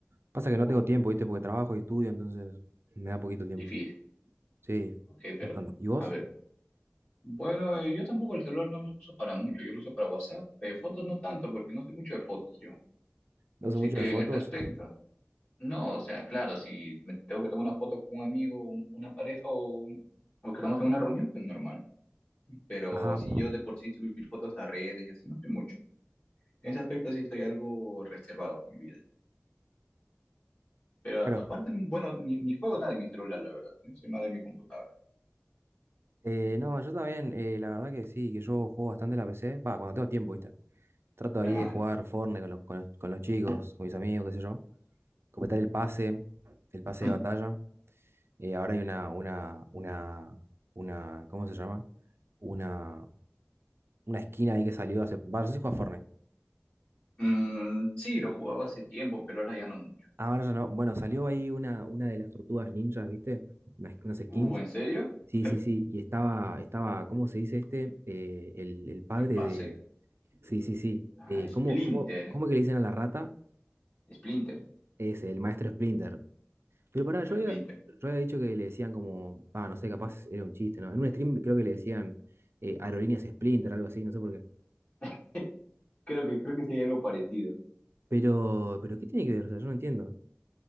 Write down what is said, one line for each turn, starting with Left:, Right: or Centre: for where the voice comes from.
Right: Pasa que no
Left: Oh,
Right: tengo tiempo, ¿viste? Porque trabajo y estudio, entonces me da poquito tiempo.
Left: difícil.
Right: Sí,
Left: Ok, pero,
Right: bastante. ¿Y vos?
Left: a ver. Bueno, eh, yo tampoco el celular no lo uso para mucho. Yo lo uso para WhatsApp. Eh, fotos no tanto, porque no soy mucho de fotos yo.
Right: ¿No
Left: Así
Right: sé mucho
Left: que
Right: de fotos?
Left: en este aspecto, no. O sea, claro, si me tengo que tomar una foto con un amigo, un- una pareja o, un- o que estamos en una reunión, pues normal. pero
Right: Ajá,
Left: así yo de por sí subir fotos a redes y así no sé mucho. En ese aspecto sí estoy algo reservado con mi vida. Pero aparte,
Right: claro.
Left: bueno, ni, ni juego nada de mi celular, la verdad. ¿eh? Soy más de mi computadora.
Right: Eh, no, yo también, eh, la verdad que sí, que yo juego bastante en la PC. Va, cuando tengo tiempo, ¿viste? Trato ahí
Left: Claro.
Right: de jugar Fortnite con los, con los, con los chicos, con mis amigos, qué sé yo. completar el pase, el pase
Left: Mm,
Right: de batalla. Eh, ahora hay una, una, una, una, ¿cómo se llama? Una, una esquina ahí que salió hace, va, no sé si juega Fortnite.
Left: mm, sí, lo jugaba hace tiempo, pero ahora ya no mucho.
Right: Ah, Ahora ya no. Bueno, salió ahí una, una de las tortugas ninjas, ¿viste? Unas, unas skins.
Left: Uh, ¿en serio?
Right: Sí,
Left: <laughs>
Right: sí, sí. Y estaba, estaba, ¿cómo se dice este? Eh, el, el padre
Left: En pase.
Right: de. Sí, sí, sí.
Left: Ah,
Right: Eh,
Left: Splinter.
Right: ¿cómo, cómo, cómo
Left: ¿eh?
Right: que le dicen a la rata?
Left: Splinter.
Right: Es el maestro Splinter. Pero pará,
Left: Hasta
Right: yo había,
Left: Splinter.
Right: yo había dicho que le decían como, ah, no sé, capaz era un chiste, ¿no? En un stream creo que le decían eh, aerolíneas Splinter, algo así, no sé por qué.
Left: <laughs> Creo que, creo que sí hay algo parecido.
Right: Pero, pero ¿qué tiene que ver? O sea, yo no entiendo.